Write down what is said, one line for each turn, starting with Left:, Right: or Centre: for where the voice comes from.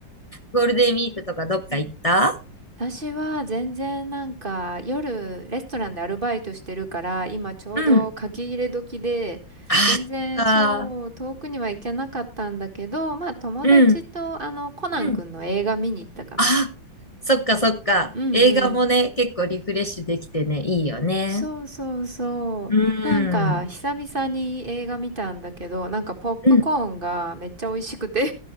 Left: ゴールデンウィークとかどっか行った
Right: うん私は全然なんか夜レストランでアルバイトしてるから今ちょうど書き入れ時で全然そう遠くには行けなかったんだけどまあ友達とあのコナン君の映画見に行ったかな。
Left: うん。ああ、そっか。うん、うん。あ、そっかそっか。
Right: うんうん。
Left: 映画もね、結構リフレッシュできてね、いいよね。
Right: そうそうそう。
Left: うん。
Right: なんか、久々に映画見たんだけど、なんかポップコーンがめっちゃ美味しくて
Left: うん。